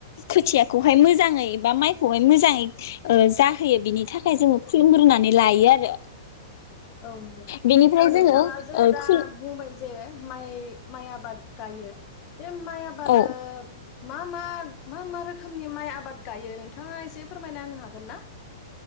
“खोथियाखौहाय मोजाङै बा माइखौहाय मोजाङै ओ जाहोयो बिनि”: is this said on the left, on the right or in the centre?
Left